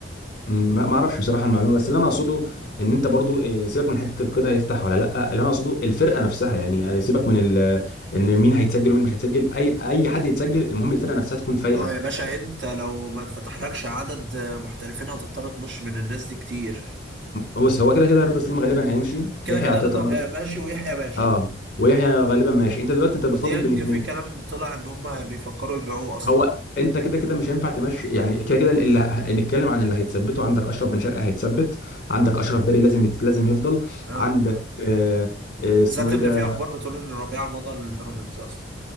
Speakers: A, on the left; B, on the right.
A: ما ما اعرفش بصراحه المعلومه بس اللي انا اقصده ان انت برضو إيه، سيبك من حته القيد هيفتح ولا لا اللي انا اقصده الفرقه نفسها يعني يعني سيبك من ال... ان مين هيتسجل ومين مش هيتسجل اي اي حد يتسجل المهم الفرقه نفسها تكون فايقه
B: ما هو يا باشا انت لو ما اتفتحلكش عدد محترفين هتضطر تمشي من الناس دي كتير
A: بص هو كده كده رضا سليم غالبا هيمشي
B: كده
A: يحيى
B: كده
A: عطية
B: رضا
A: الله
B: غ- ماشي ويحيى ماشي
A: اه ويحيى غالبا ماشي انت دلوقتي انت بتفاضل
B: وديانج
A: بين اتنين
B: في كلام طلع ان هم بيفكروا يبيعوه اصلا
A: هو انت كده كده مش هينفع تمشي يعني كده كده اللي ه- نتكلم عن اللي هيتثبتوا عندك اشرف بن شرقه هيتثبت عندك اشرف داري لازم يت- لازم يفضل
B: اه
A: عندك آه آه، اسمه
B: بالذات
A: ايه
B: ان
A: ده
B: في اخبار بتقول ان ربيعه مضى للبيراميدز اصلا